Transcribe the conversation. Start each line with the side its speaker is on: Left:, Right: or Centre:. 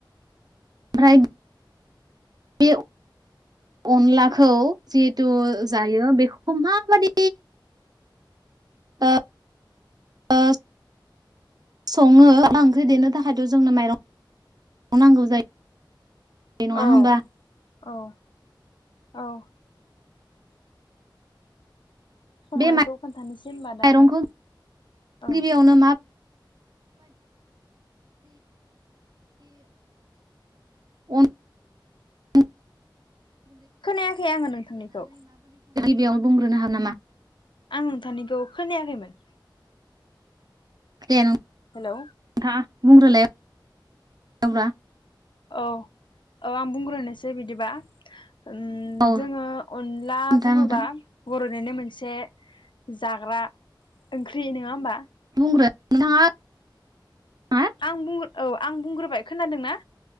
Right: ओमफ्राय बे अनलाखौ जिहेथु जायो बेखौ माबायदि? ओ ओ सङो अनला ओंख्रि देनो थाखायथ' जोंनो माइरं नांगौ जायो नङा
Left: औ
Right: होमबा
Left: औ औ संनायखौ
Right: बे
Left: खोन्थानोसै होनबा
Right: माइरंखौ
Left: दा आङो औ
Right: गिबियावनो <inaudible> उन <inaudible>
Left: खोनायाखै आङो नोंथांनिखौ
Right: बेयावनो बुंग्रोनो हा नामा
Left: आं नोंथांनिखौ खोनायाखैमोन
Right: दनो नोंथाङा
Left: हेलौ
Right: बुंग्रोलाय <inaudible>
Left: औ औ आं बुंग्रोनोसै बिदि बा ओम
Right: औ
Left: जोङो अनला
Right: नोंथाङा
Left: बुङोबा
Right: नोंथां
Left: बर'नि ओरैनो मोनसे जाग्रा ओंख्रि नोङा होमबा
Right: बुंग्रो नोंथाङा
Left: आं बुं औ आं बुंग्रोबाय खोनादोंना